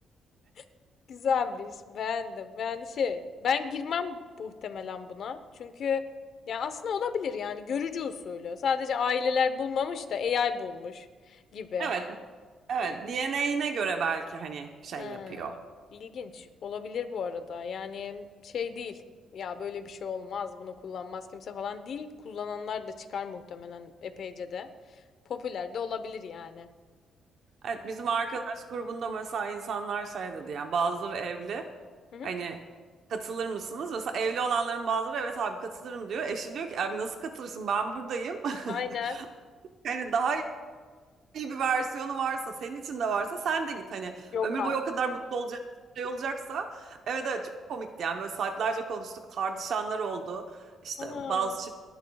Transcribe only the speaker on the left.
<laughs> Güzelmiş. Beğendim. Yani şey ben girmem muhtemelen buna. Çünkü ya aslında olabilir yani görücü usulü. Sadece aileler bulmamış da AI bulmuş gibi.
Hmm.
İlginç. Olabilir bu arada. Yani şey değil. Ya böyle bir şey olmaz. Bunu kullanmaz kimse falan değil. Kullananlar da çıkar muhtemelen epeyce de. Popüler de olabilir yani.
Hı hı.
Aynen.
Yok
artık.
Ana.